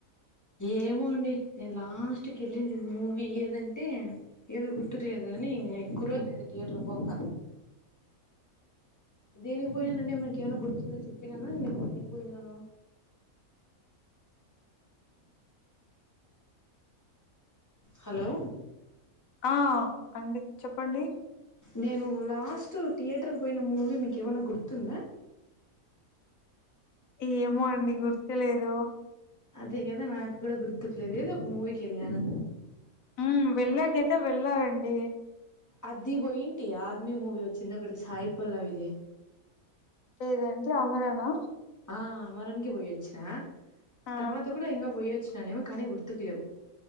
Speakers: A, on the left (about 15°); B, on the left (about 70°).
A: ఏమో అండి నేను లాస్ట్ కి వెళ్ళింది మూవీ ఏదంటే ఏదో గుర్తులేదు కానీ ఎక్కువ రోజులు తీయేటర్ పోక దేనికి పోయినానని ఏమైనాకే గుర్తుదే చెప్పినానా లేకపోతే నేను పోయినానా
B: అ <inaudible>
A: హలో
B: ఆ అండి చెప్పండి
A: నేను లాస్ట్ థియేటర్ పోయిన మూవీ మీకేమన్నా గుర్తుందా
B: ఏమో అండి గుర్తులేదు
A: అదే కదా నాకు కూడా గుర్తుకు లేదు ఏదో ఒక మూవీకి వెళ్లాను
B: ఉమ్ వెళ్ళాకైతే వెళ్ళారండి
A: అది పోయింటి ఆర్మీ మూవీ వచ్చింది ఒకటి సాయి పల్లవిది
B: ఏదండి అమరనా
A: ఆ అమరన్ కి పోయొచ్చిన
B: ఆ
A: తర్వాత కూడ ఇంగ పోయొచ్చిననేమో కానీ గుర్తుకు లేవు